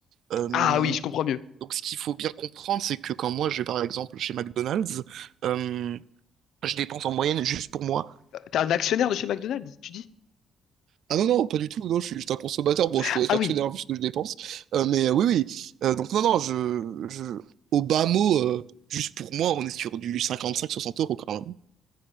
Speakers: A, on the right (about 75°); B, on the left (about 75°).
A: Euh,
B: Ah oui, je comprends mieux.
A: donc, ce qu'il faut bien comprendre, c'est que quand moi, je vais par exemple chez McDonald's, euh, je dépense en moyenne juste pour moi.
B: Euh, T'es un actionnaire de chez McDonald's, tu dis?
A: Ah non, non, pas du tout, non, je suis juste un consommateur. Bon,
B: Ah,
A: je pourrais être
B: ah
A: actionnaire
B: oui.
A: vu ce que je dépense. Euh, mais euh, oui, oui. Euh, donc, non, non, je, je, au bas mot, euh, juste pour moi, on est sur du 55-60 euros quand même.